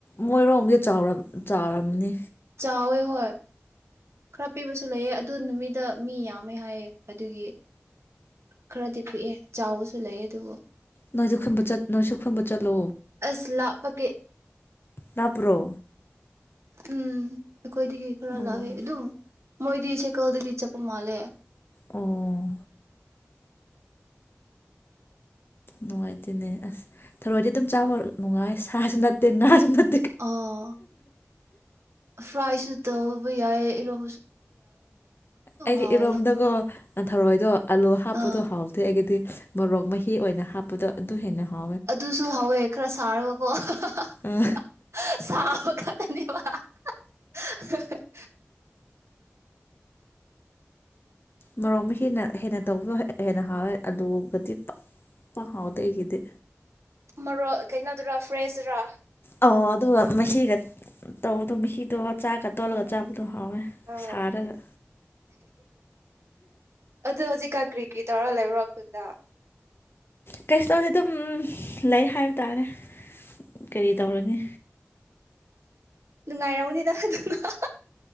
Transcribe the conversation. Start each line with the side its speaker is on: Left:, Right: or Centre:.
Left: ꯃꯣꯏꯔꯣꯝꯗꯤ ꯆꯥꯎꯔꯝ ꯆꯥꯎꯔꯝꯅꯤ
Right: ꯍꯥꯎꯋꯦ ꯍꯣꯏ ꯈꯔ ꯄꯤꯕꯁꯨ ꯂꯩꯑ ꯑꯗꯨ ꯅꯨꯃꯤꯠꯇ ꯃꯤ ꯌꯥꯝꯃꯦ ꯍꯥꯏꯌꯦ ꯑꯗꯨꯒꯤ ꯈꯔꯗꯤ ꯄꯤꯛꯑꯦ ꯆꯥꯎꯕꯁꯨ ꯂꯩꯑ ꯑꯗꯨꯕꯨ
Left: ꯅꯣꯏꯁꯨ ꯈꯨꯟꯕ ꯆꯠ ꯅꯣꯏꯁꯨ ꯈꯨꯟꯕ ꯆꯠꯂꯣ
Right: ꯑꯁ ꯂꯞꯄꯀꯦ
Left: ꯂꯥꯞꯄꯔꯣ
Right: ꯎꯝ ꯑꯈꯣꯏꯗꯒꯤ ꯈꯔ
Left: ꯑꯣ
Right: ꯂꯞꯄꯦ ꯑꯗꯨꯝ ꯃꯣꯏꯗꯤ ꯁꯦꯀꯜꯗꯒꯤ ꯆꯠꯄ ꯃꯥꯜꯂꯦ
Left: ꯑꯣ ꯅꯨꯡꯉꯥꯏꯇꯦꯅꯦ ꯑꯁ ꯊꯔꯣꯏꯗꯤ ꯑꯗꯨꯝ ꯆꯥꯕ ꯅꯨꯡꯉꯥꯏ ꯁꯥꯁꯨ ꯅꯠꯇꯦ ꯉꯥꯁꯨ ꯅꯠ
Right: ꯑꯣ ꯐ꯭ꯔꯥꯏꯁꯨ ꯇꯧꯎ ꯕꯨ ꯌꯥꯌꯦ ꯏꯔꯣꯝ
Left: ꯑꯩꯗꯤ
Right: ꯍꯥꯎꯋꯦꯗ
Left: ꯏꯔꯣꯝꯗꯒꯣ ꯅꯟꯊꯔꯣꯏꯗ꯭ꯔꯣ ꯑꯜꯂꯣ ꯍꯥꯞꯄꯇ
Right: ꯑꯥ
Left: ꯍꯥꯥꯎꯇꯦ ꯑꯩꯒꯤꯗꯤ ꯃꯣꯔꯣꯛ ꯃꯍꯤ ꯑꯣꯏꯅ ꯍꯥꯞꯄꯗꯣ ꯑꯗꯨ ꯍꯦꯟꯅ ꯍꯥꯎ
Right: ꯑꯗꯨꯁꯨ ꯍꯥꯎꯋꯦ ꯈꯔ ꯁꯥꯔꯒꯀꯣ <unintelligible>
Left: ꯑꯥ ꯃꯔꯣꯛ ꯃꯍꯤꯅ ꯍꯦꯟꯅ ꯍꯦꯟꯅ ꯇꯧꯕꯤꯌ ꯍꯦꯟꯅ ꯍꯥꯎꯋꯦ ꯑꯗꯨꯒꯗꯤ ꯄ ꯄꯥꯛ ꯍꯥꯎꯗꯦ ꯑꯩꯒꯤꯗꯤ
Right: ꯃꯔꯣ ꯀꯩꯅꯣꯗꯨꯔꯥ ꯐ꯭ꯔꯦꯁꯇꯔꯥ
Left: ꯑꯣ ꯑꯗꯨꯒ ꯃꯍꯤꯒ ꯇꯧꯗꯣ ꯃꯍꯤꯗꯣ ꯆꯥꯛꯒ ꯇꯣꯜꯂꯒ
Right: ꯎꯝ
Left: ꯆꯥꯕꯗꯣ ꯍꯥꯎꯋꯦ
Right: ꯑ
Left: ꯁꯥꯔꯒ
Right: ꯑꯗꯣ ꯍꯧꯖꯤꯛꯀꯥꯟ ꯀ꯭ꯔꯤ ꯀ꯭ꯔꯤ ꯇꯧꯔ ꯂꯩꯕ꯭ꯔꯣ ꯑꯩꯈꯣꯏꯗ
Left: ꯀꯩꯁꯨ ꯇꯧꯁꯦ ꯑꯗꯨꯝ ꯂꯩ ꯍꯥꯏꯕ ꯇꯥꯔꯦ ꯀꯔꯤ ꯇꯧꯔꯅꯤ
Right: ꯅꯨꯡꯉꯥꯏꯔꯝꯃꯅꯤꯗ <unintelligible>